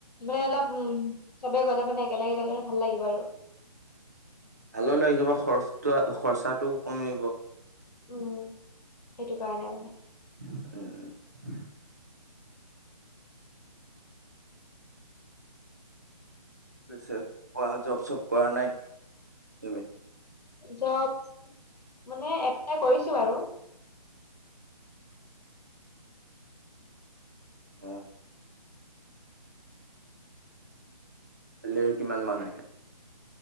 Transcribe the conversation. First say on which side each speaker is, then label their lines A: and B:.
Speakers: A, on the left; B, on the right.
A: মানে অলপ উম, চবে গ'লে মানে একেলগে গলে মানে ভাল লাগিব আৰু।
B: ভালো লাগিব, খৰচটো খৰচাটোও কমি।
A: উম সেইটো কাৰণে মানে।
B: উম। পিছে কোৱা জব চব কৰা নাই, তুমি?
A: জব, মানে এপ্লাই কৰিছো বাৰু।
B: <unintelligible> হলেও কিমান মান আহে?